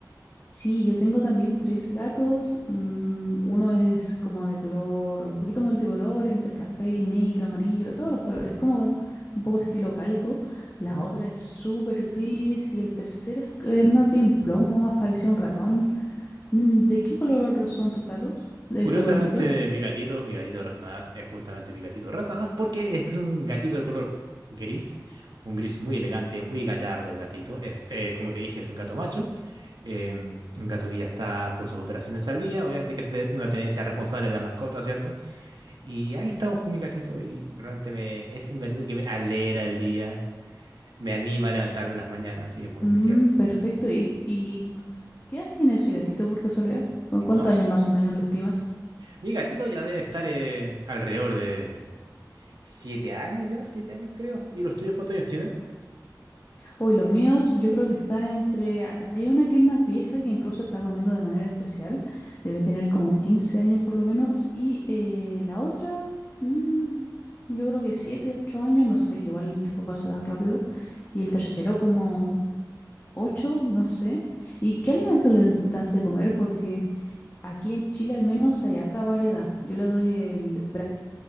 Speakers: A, on the left; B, on the right.
A: Sí, yo tengo también tres gatos. mm, uno es como de color, un poquito multicolor, entre café, negro, amarillo, de todos los colores, como un poco estilo cálico. La
B: Ujú.
A: otra es súper gris y el tercero es, es más bien plomo, más parecido a un ratón. Mm, ¿de qué color son tus gatos? ¿De
B: Curiosamente,
A: tu gatito?
B: mi gatito, mi gatito Ratanás, es justamente mi gatito Ratanás porque es un gatito de color gris, un gris muy elegante, muy gallardo el gatito. Es, eh, como te dije, es un gato macho, em, un gato que ya está con sus operaciones al día. Obviamente hay que hacer una tenencia responsable de la mascota, ¿cierto? Y ahí estamos con mi gatito y realmente me, es un gatito que me alegra el día, me anima a levantarme en las mañanas y es muy,
A: Mm,
B: muy tierno.
A: perfecto. ¿Y, y qué edad tiene ese gatito por casualidad? ¿Cu- ¿Cuántos
B: No,
A: años más o menos le estimas?
B: mi gatito ya debe estar eh, alrededor de... Siete años ya, siete años creo. ¿Y los tuyos cuántos años tienen?
A: Uy, los míos yo creo que están entre... Hay hay una que es más vieja que incluso está comiendo de manera especial. Debe tener como 15 años por lo menos. Y eh, la otra, mm, yo creo que 7, 8 años, no sé, que igual el tiempo pasa tan rápido. Y el tercero como 8, no sé. ¿Y qué alimento les das de comer? Porque aquí en Chile al menos hay harta variedad. Yo le doy el